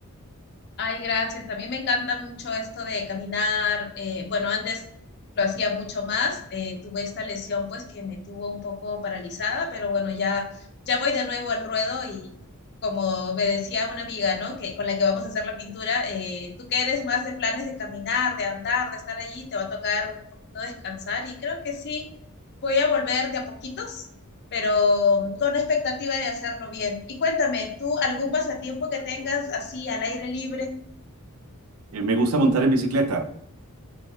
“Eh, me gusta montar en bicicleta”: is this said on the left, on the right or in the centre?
Right